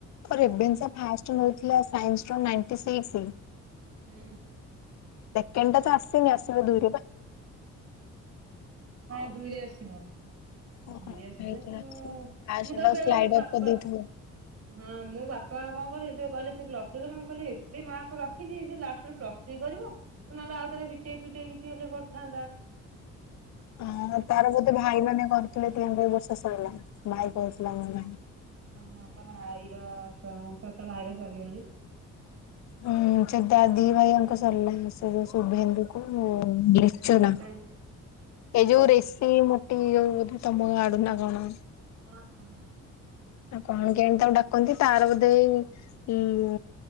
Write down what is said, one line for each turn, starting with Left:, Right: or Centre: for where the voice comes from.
Left: ରେଭେନ୍ସା ଫାର୍ଷ୍ଟ ନେଉଥିଲା ସାଇନ୍ସ ର ନାଇଟୀ ସିକ୍ସ।
Right: ହୁଁ।
Left: କେଣ୍ଟା ତ ଆସନି ଆସିବ ଦୁଇ ରେ ବା।
Right: ହଁ ଦୁଇରେ ଆସିବ।
Left: ହେଇଥିଲା।
Right: ଧରି ଆସିଲେ ତାର
Left: ଫାଷ୍ଟ
Right: ମୁଁ ତ
Left: ଟା
Right: ଆଉ ବେଳେ
Left: ସ୍ଲାଇଡ
Right: ବାପା
Left: ଅଫ୍ କରିଦେଇଥିଲେ।
Right: ହଁ ମୁଁ ବା କଣ କଣ କରିବେ ସେ କହିଲେ ସେ ପ୍ଲସ୍ ଥ୍ରୀ କରିମି। ମୁଁ କହିଲି ଏତେ ମାର୍କ ରଖିଚି ସିଏ ଲାଷ୍ଟରେ ପ୍ଲସ୍ ଥ୍ରୀ କରିବ। ତୁ ନହେଲେ ତ ଆଉଥରେ ବିଟେକ୍ ଫିଟେକ କିଛି ହେଲେ କରଥାନ୍ତା।
Left: ହ ଓ ହୋ ତାର ବୋଧେ ଭାଇ ମାନେ କରୁଥୁଲେ ତ ଏମ୍ ବି ଏ ଏଇ ବର୍ଷ ସାରିଲା। ଭାଇ କହୁଥିଲା ମୋ ଭାଇ।
Right: ହଁ, ହଁ ତୋର ଭାଇର ସ ସତ ଭାଇର ସରିି <unintelligible>
Left: ହୁଁ, ସେ ଦା ଦି ଭାଇ ଆଙ୍କ ସରିଲା ଶୁ-ଶୁଭେନ୍ଦୁ କୁ ମୋ ଦେଖଚୁନା
Right: ହଁ
Left: ଏ ଯୋଉ ରେସ୍ ସେଇ ମୋଟି ଯୋଉ ବୋଧେ ତୋମ ଗାଁ ଆଡୁ ନା କଣ?
Right: ହଁ, ହଁ, ହଁ।
Left: ଆଉ କଣ କେଇଆଣି ତାକୁ ଡାକନ୍ତି ତାର ବୋଧେ ଏଇ ଉଁ,